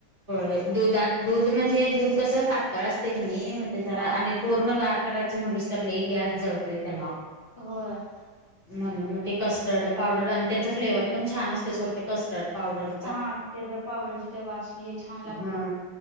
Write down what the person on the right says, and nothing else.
हो दुधात दूध म्हणजे दूध कसं पातळ असते की नाही मग ते जरा
आणि पूर्ण गार करायचं म्हणलीस तर ल गॅस जळते त्याला.
म्हणून मग ते कस्टर्ड पावडर आणि त्याच फ्लेवरर पण छान असते सोडते कस्टर्ड पावडर.
हा